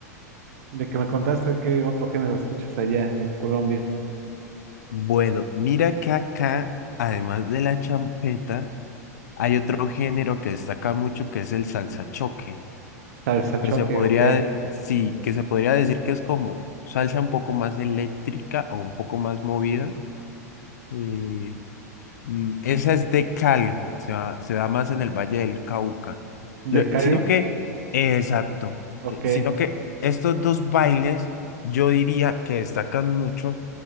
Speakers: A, on the right (about 70°); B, on the left (about 75°).
A: de que me contaste, qué otro género escuchas allá en Colombia?
B: Bueno, mira que acá, además de la champeta, hay otro género que destaca mucho que es el salsa choque,
A: Salsa choque,
B: que se podría,
A: ok.
B: sí, que se podría decir que es como salsa un poco más eléctrica o un poco más movida. eh, mm, esa es de Cali, se va- se da más en el Valle del Cauca.
A: ¿De
B: Lo-
A: Cali?
B: sino que, eh, exacto,
A: Ok.
B: eh,
A: Qué
B: sino que estos dos bailes yo diría que destacan mucho